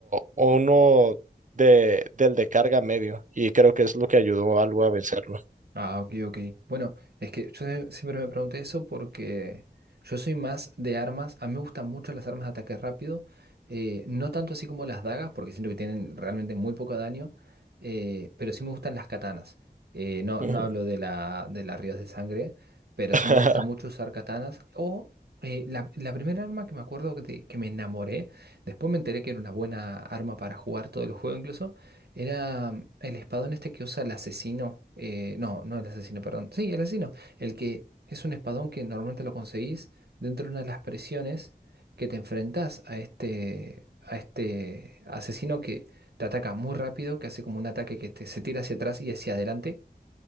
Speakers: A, on the right; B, on the right.
A: o uno de, del de carga medio. Y creo que es lo que ayudó algo a vencerlo.
B: Ah, ok, ok. Bueno, es que yo sie- siempre me pregunté eso porque yo soy más de armas. A mí me gustan mucho las armas de ataque rápido. eh, no tanto así como las dagas, porque siento que tienen realmente muy poco daño. eh, pero sí me gustan las katanas. Eh, no,
A: Ujú.
B: no hablo de la, de las ríos de sangre, pero
A: <laughs>
B: sí me gusta mucho usar katanas. O eh, la, la primera arma que me acuerdo de que me enamoré, después me enteré que era una buena arma para jugar todo el juego incluso. Era el espadón este que usa el asesino. eh, no, no el asesino, perdón. Sí, el asesino. El que es un espadón que normalmente lo conseguís dentro de una de las presiones que te enfrentás a este, a este asesino que te ataca muy rápido, que hace como un ataque que te- se tira hacia atrás y hacia adelante.